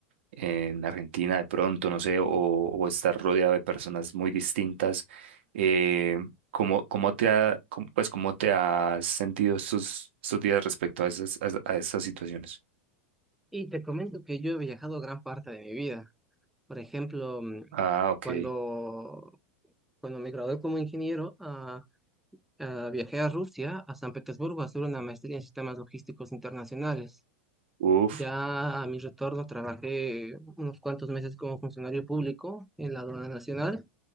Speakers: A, on the right; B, in the centre.
A: en Argentina de pronto, no sé, o, o estar rodeado de personas muy distintas. Eh, ¿cómo, cómo te ha, cómo- pues, cómo te has sentido estos, estos días respecto a esas, a, a esas situaciones?
B: Y te comento que yo he viajado gran parte de mi vida. Por ejemplo, mm,
A: Ah, ok.
B: cuando, cuando me gradué como ingeniero, ah, ah, viajé a Rusia, a San Petersburgo, a hacer una maestría en sistemas logísticos internacionales.
A: Uf.
B: Ya a mi retorno trabajé unos cuantos meses como funcionario público en la aduana nacional